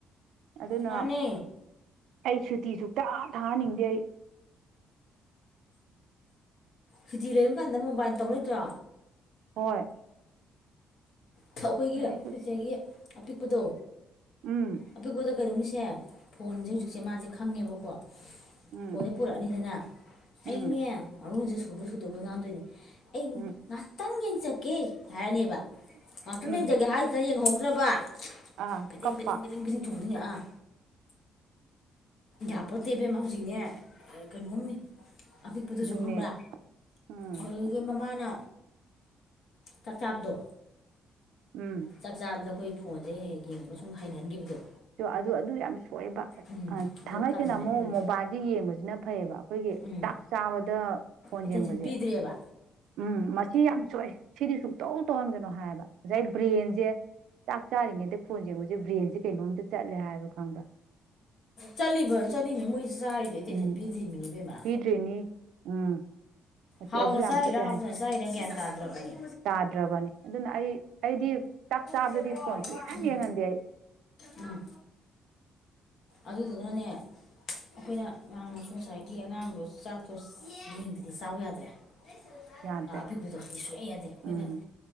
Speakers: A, on the right; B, on the left.
A: ꯑꯗꯨꯅ
B: ꯃꯥꯅꯦ
A: ꯑꯩ ꯁꯨꯇꯤ ꯁꯨꯛꯊꯥ ꯊꯥꯍꯟꯅꯤꯡꯗꯦ ꯑꯩ
B: ꯁꯨꯇꯤ ꯂꯩꯕ ꯀꯥꯟꯗ ꯃꯣꯕꯥꯏꯜ ꯇꯧ ꯂꯩꯇ꯭ꯔꯣ
A: ꯍꯣꯏ
B: ꯑꯩꯈꯣꯏꯒꯤ
A: ꯑꯩ
B: ꯑꯩꯈꯣꯏꯁꯤꯒꯤ ꯑꯄꯤꯛꯄꯗꯣ
A: ꯎꯝ
B: ꯑꯄꯤꯛꯄꯣꯗ ꯀꯩꯗꯧꯅꯤꯁꯦ ꯐꯣꯟꯁꯦ ꯍꯧꯖꯤꯛꯁꯦ ꯃꯥꯁꯦ ꯈꯪꯉꯦꯕꯀꯣ
A: ꯎꯝ
B: ꯐꯣꯟꯁꯦ ꯄꯨꯔꯛꯑꯅꯤꯗꯅ
A: ꯎꯝ
B: ꯑꯩꯅꯦ ꯃꯔꯣꯟꯁꯦ ꯁꯨꯕꯣꯏ ꯁꯨꯗꯕꯣꯏ ꯉꯥꯡꯗꯣꯏꯅꯦ ꯑꯩ
A: ꯎꯝ
B: ꯉꯥꯛꯇꯪ ꯌꯦꯡꯖꯒꯦ ꯍꯥꯏꯔꯅꯦꯕ꯫ ꯉꯥꯛꯇꯪ
A: ꯎꯝ
B: ꯌꯦꯡꯖꯒꯦ ꯍꯥꯏꯁꯤꯅ ꯌꯦꯡꯍꯧꯗ꯭ꯔꯕ
A: ꯑꯥ
B: ꯐꯤꯗꯤꯡ
A: ꯀꯞꯄ
B: ꯄꯤꯗꯤꯡ ꯄꯤꯗꯤꯡ ꯄꯤꯗꯤꯡ ꯆꯣꯡꯗꯣꯏꯅꯦ ꯑꯥ ꯌꯥꯄꯣꯇꯦ ꯏꯕꯦꯝꯃꯥ ꯍꯧꯖꯤꯛꯅꯦ ꯀꯩꯅꯣꯝꯅꯦ ꯑꯄꯤꯛꯄꯗꯨꯁꯨ
A: ꯑꯗꯨꯅꯦ
B: ꯈꯪꯕ꯭ꯔꯥ
A: ꯎꯝ
B: ꯑꯗꯨꯗꯒꯤ ꯃꯃꯥꯅ ꯆꯥꯛꯆꯥꯥꯕꯗꯣ
A: ꯎꯝ
B: ꯆꯥꯛ ꯆꯥꯕꯗ ꯑꯩꯈꯣꯏ ꯐꯣꯟꯁꯦ ꯍꯦꯛ ꯌꯦꯡꯕ ꯁꯨꯝ ꯍꯩꯅꯍꯟꯈꯤꯕꯗꯣ
A: ꯇꯨ ꯑꯗꯨ ꯑꯗꯨ ꯌꯥꯝ ꯁꯣꯏꯌꯦꯕ
B: ꯎꯝ ꯑꯗꯨ
A: ꯊꯥꯡꯉꯩꯁꯦꯡꯅ
B: ꯇꯟꯕ
A: ꯑꯃꯨꯛ
B: ꯑꯩꯈꯣꯏꯅ
A: ꯃꯣꯕꯥꯏꯜꯁꯦ ꯌꯦꯡꯕꯁꯤꯅ ꯐꯩꯌꯦꯕ ꯑꯩꯈꯣꯏꯒꯤ
B: ꯎꯝ
A: ꯆꯥꯛ ꯆꯥꯕꯗ ꯐꯣꯟ
B: ꯑꯦꯇꯦꯟꯁꯟ
A: ꯌꯦꯡꯕꯁꯦ꯫
B: ꯄꯤꯗ꯭ꯔꯦꯕ
A: ꯎꯝ ꯃꯁꯤ ꯌꯥꯝ ꯁꯣꯏ ꯁꯤꯗꯤ ꯁꯨꯡꯇꯧ ꯇꯧꯍꯟꯒꯅꯨ ꯍꯥꯏꯌꯦꯕ ꯉꯁꯥꯏ ꯕ꯭ꯔꯦꯟꯖꯦ ꯆꯥꯛ ꯆꯥꯔꯤꯉꯩꯗ ꯐꯣꯟ ꯌꯦꯡꯕꯁꯦ ꯕ꯭ꯔꯦꯟꯁꯦ ꯀꯩꯅꯣꯝꯗ ꯆꯠꯂꯦ ꯍꯥꯏꯕ ꯈꯪꯕ꯭ꯔ
B: ꯆꯠꯂꯤꯕ ꯆꯠꯂꯤꯅꯦ ꯃꯣꯏ ꯆꯥꯔꯤꯗ ꯑꯦꯇꯦꯟꯁꯟ
A: ꯎꯝ
B: ꯄꯤꯗ꯭ꯔꯤꯅꯦꯃꯤ ꯏꯕꯦꯝꯃꯥ
A: <unintelligible> ꯎꯝ
B: ꯍꯥꯎꯅ
A: ꯑꯗꯨ ꯌꯥꯝ
B: ꯆꯥꯔꯤꯔ
A: ꯐꯠꯇꯦ
B: ꯍꯥꯎ
A: ꯍꯥꯏ
B: ꯆꯥꯏꯔ ꯒ꯭ꯌꯥꯟ ꯇꯥꯗꯔꯕꯅꯦ
A: ꯇꯥꯗ꯭ꯔꯕꯅꯤ ꯑꯗꯨꯅ ꯑꯩ ꯑꯩꯗꯤ ꯆꯥꯛ ꯆꯥꯕꯗꯗꯤ
B: <unintelligible>
A: ꯐꯣꯟ ꯁꯨꯡꯌꯦꯡ
B: ꯎꯝ
A: ꯌꯦꯡꯍꯟꯗꯦ ꯑꯩ
B: ꯎꯝ ꯑꯗꯨꯗꯨꯅꯅꯦ ꯑꯩꯈꯣꯏꯅ ꯑꯉꯥꯡꯅꯁꯨ ꯉꯁꯥꯏꯒꯤ ꯑꯉꯥꯡꯗꯣ ꯆꯥꯛꯇꯣ ꯌꯦꯡꯗꯗꯤ ꯆꯥꯎ ꯌꯥꯗꯕꯗꯣ ꯑ
A: ꯌꯥꯗ꯭ꯔꯦ
B: ꯑꯄꯤꯛꯄꯗꯣ ꯁꯨꯛꯌꯥ ꯌꯥꯗꯦ ꯑꯩꯈꯣꯏꯅ
A: ꯎꯝ